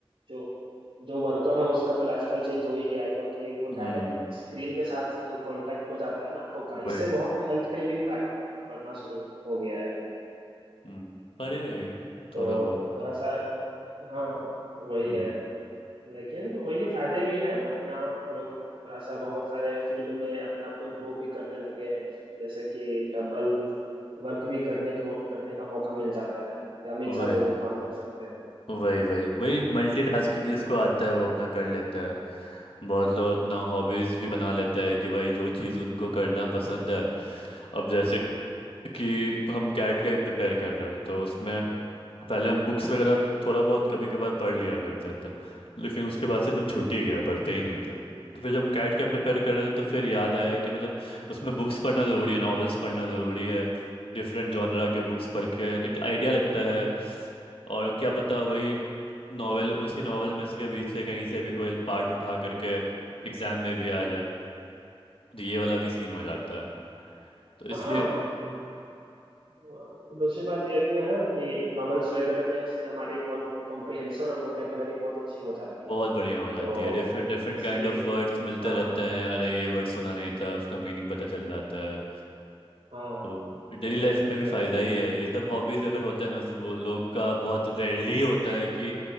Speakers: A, on the right (about 75°); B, on the left (about 70°).
A: जो जो वर्कर हो उसका तो लाइफस्टाइल चेंज हो ही गया है, क्योंकि वो डायरेक्ट
B: हम्म
A: स्क्रीन के साथ जो कांटेक्ट हो जाता है ना आंखों का इससे
B: वही
A: बहुत हेल्थ पे भी इम्पैक्ट पड़, पड़ना शुरू हो गया है
B: हम्म पड़ेगा ही
A: तो
B: थोड़ा बहुत
A: थोड़ा सा हाँ वही
B: हम्म
A: है लेकिन वही है फायदे भी हैं अपना लोग थोड़ा सा बहुत सारे फील्ड में अपने आप को इम्प्रूव भी करने लगे हैं जैसे कि डबल वर्क भी करने के करने का मौका मिल जाता है कि हम एक साथ
B: वही
A: दो दो काम कर सकते हैं
B: वही वही वही मल्टीटास्किंग
A: हम्म।
B: जिसको आता है वो अपना कर लेता है बहुत लोग अपना हॉबीज़ भी बना लेता है कि भाई जो चीज़ उनको करना पसंद है अब जैसे कि हम कैट का ही प्रिपेयर कर रहे थे तो उसमें पहले हम बुक्स वगैरह थोड़ा बहुत कभी कभार पढ़ लिया करते थे लेकिन उसके बाद से एकदम छूट ही गया पढ़ते ही नहीं थे तो फिर जब हम कैट का प्रिपेयर कर रहे थे तो फिर याद आया कि मतलब उसमें बुक्स पढ़ना ज़रूरी है नॉवेल्स पढ़ना ज़रूरी है डिफरेंट जॉनरा के बुक्स पढ़ के एक आइडिया लगता है और क्या पता वही नॉवेल उसी नॉवेल में से के बीच से कहीं से भी कोई पार्ट उठा करके एग्जाम में भी आ जाए तो ये वाला भी सीन हो जाता है तो
A: हाँ
B: इसलिए
A: तो दूसरी बात यह भी है ना कि नॉवेल्स वगैरह में से हमारी कॉम्प्रिहेंशन और वोकेबलरी बहुत अच्छी हो जाती
B: बहुत
A: है
B: बढ़िया
A: तो
B: हो जाती है different different
A: इसलिए
B: kind of words मिलते
A: हाँ
B: रहते हैं अरे ये वर्ड सुना नहीं था उसका मीनिंग पता चल जाता है
A: हाँ
B: तो डेली लाइफ
A: बिल्कुल
B: में भी फ़ायदा ही है ये सब हॉबीज़ अगर होता है ना वो लोग का बहुत रेयरली होता है कि